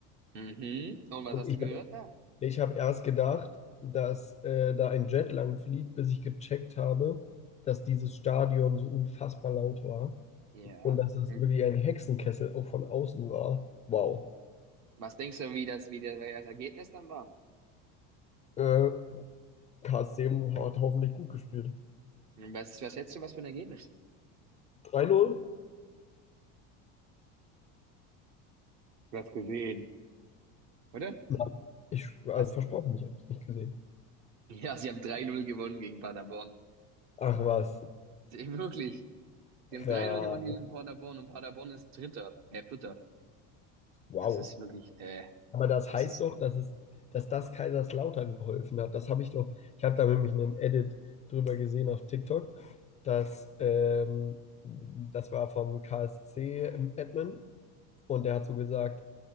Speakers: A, on the right; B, on the left.
A: Mhm. Und was
B: Und
A: hast
B: ich,
A: du gehört
B: hab-
A: da?
B: ich habe erst gedacht, dass äh, da ein Jet lang fliegt, bis ich gecheckt habe, dass dieses Stadion so unfassbar laut war.
A: Ja.
B: Und dass es
A: Hm.
B: wirklich ein Hexenkessel auch von außen war. Wow.
A: Was denkst du, wie das, wie das, wie das Ergebnis dann war?
B: Äh, KSC hat hoffentlich gut gespielt.
A: Hm, Was, was schätzt du, was für ein Ergebnis?
B: 3-0?
A: Du hast gesehen, oder?
B: Nein. Ich, also
A: Hast,
B: versprochen, ich habe es nicht gesehen.
A: ja, sie haben drei Null gewonnen gegen Paderborn.
B: Ach was,
A: <laughs> Wirklich. Sie
B: krass.
A: haben 3-0 gewonnen gegen Paderborn und Paderborn ist Dritter, äh, Vierter.
B: Wow.
A: Das ist wirklich, äh,
B: Aber das
A: das
B: heißt
A: ist,
B: doch, dass es, dass das Kaiserslautern geholfen hat. Das habe ich doch, ich habe da nämlich einen Edit drüber gesehen auf TikTok, dass ähm, das war vom KSC in Edmund und der hat so gesagt,